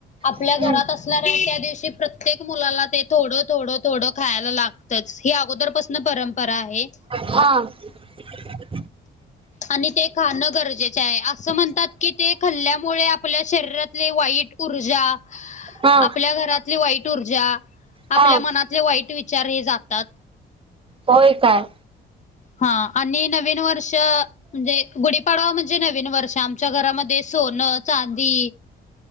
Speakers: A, on the left; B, on the right.
A: आपल्या
B: हम्म
A: घरात असणाऱ त्या दिवशी प्रत प्रत्येक मुलाला ते थोडं, थोडं, थोडं खायला लागतंच ही अगोदरपासन परंपरा आहे.
B: हा. <unintelligible>
A: आणि ते खाणं गरजेचं आहे असं म्हणतात की ते खल्ल्यामुळे आपल्या शरीातले वाईट ऊर्जा
B: हा
A: आपल्या घरातली वाईट ऊर्जा,
B: हा
A: आपल्या मनातले वाईट विचार हे जातात.
B: होय काय?
A: हा, आणि नवीन वर्ष म्हणजे गुढीपाडवा म्हणजे नवीन वर्ष आमच्या घरामध्ये सोनं, चांदी